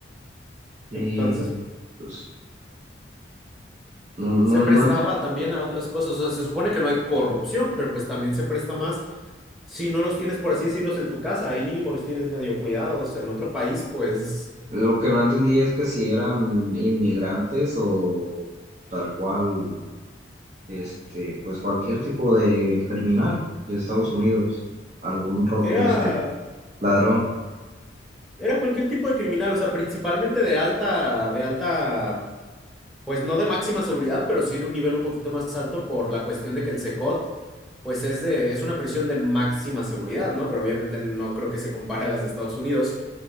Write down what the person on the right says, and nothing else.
Y
pues no, no,
no ent-
lo que no entendí es que si eran inmigrantes o tal cual, este, pues cualquier tipo de criminal de Estados Unidos, algún ro-
este, ladrón.